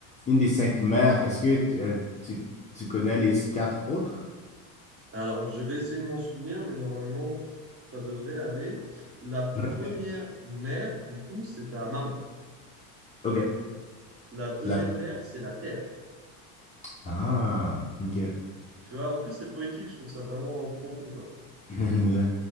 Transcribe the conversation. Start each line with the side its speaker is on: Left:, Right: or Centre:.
Left: une des cinq mères. Est-ce que euh, tu, tu connais les quatre autres?
Right: Alors, je vais essayer de m'en souvenir, mais normalement, ça devrait aller. La première
Left: Ok.
Right: mère, du coup, c'est ta maman.
Left: ok
Right: La deuxième
Left: La...
Right: mère, c'est la terre.
Left: Ah, ok.
Right: Tu vois, en plus, c'est poétique. Je trouve ça vraiment profond, quoi.
Left: <laughs> Ouais,